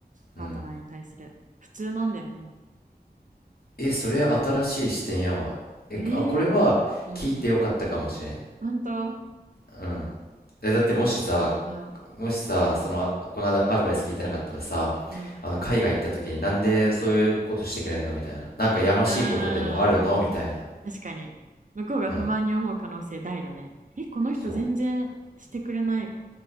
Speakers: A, on the right (about 50°); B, on the left (about 65°).
A: パートナーに対する。
B: うん。
A: 普通なんだよね。
B: え、それ新しい視点やわ。え、
A: ええ
B: あ、これは聞いてよかったかもしれん。
A: うん。ほんと、よ
B: うん。え、だってもしさ、
A: かった。うん。
B: もしさ、その、あこのアドアドバイス聞いてなかったらさ、
A: うん。
B: あの、海外行った時になんでそういうことしてくれんのみたいな。なんかやましいことでもあるのみたいな。
A: うーん。確かに。向こうが不満に思う可能性大だね。
B: うん。
A: え、この人全然してくれない。
B: そう。